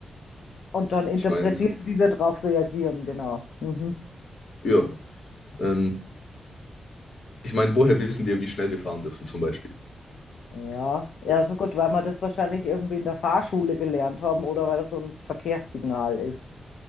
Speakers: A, on the left; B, on the left.
A: Und dann interpretieren,
B: Ich meine, s- s-
A: wie wir drauf reagieren, genau. Mhm.
B: ja, ähm, ich meine, woher wissen wir, wie schnell wir fahren dürfen, zum Beispiel?
A: Ja, ja,
B: So,
A: so gut, weil wir das wahrscheinlich irgendwie in der Fahrschule gelernt haben oder weil das so ein Verkehrssignal ist,